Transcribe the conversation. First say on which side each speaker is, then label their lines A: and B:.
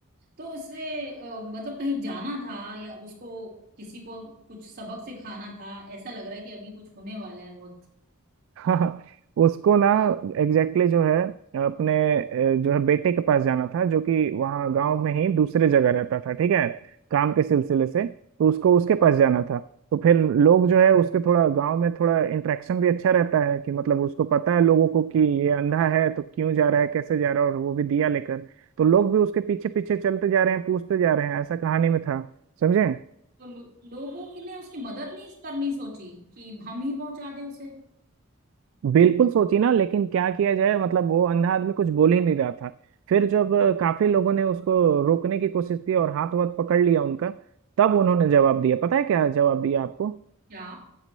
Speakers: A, on the right (about 50°); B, on the right (about 65°).
A: तो उससे अ, मतलब कहीं जाना था या उसको किसी को कुछ सबक सिखाना था ऐसा लग रहा है कि अभी कुछ होने वाला है बहुत
B: <laughs> हाँ उसको ना एग्जैक्टली exactly जो है अपने अ, जो है बेटे के पास जाना था जो कि वहाँ गांव में ही दूसरे जगह रहता था ठीक है काम के सिलसिले से तो उसको उसके पास जाना था तो फिर लोग जो है उसके थोड़ा गांव में थोड़ा इंटरेक्शन भी अच्छा रहता है कि मतलब उसको पता है लोगों को कि ये अंधा है तो क्यों जा रहा है कैसे जा रहा है और वो भी दिया लेकर तो लोग भी उसके पीछे पीछे चलते जा रहे हैं पूछते जा रहे हैं ऐसा कहानी में था समझे
A: तो लो, लोगों की ने उसकी मदद नहीं करनी सोची कि हम ही पहुंचा दे उसे
B: बिल्कुल सोची ना लेकिन क्या किया जाए मतलब वो अंधा आदमी कुछ बोल ही नहीं रहा था फिर जब अ, काफी लोगों ने उसको रोकने की कोशिश की और हाथ वाथ पकड़ लिया उनका तब उन्होंने जवाब दिया पता है क्या जवाब दिया आपको
A: क्या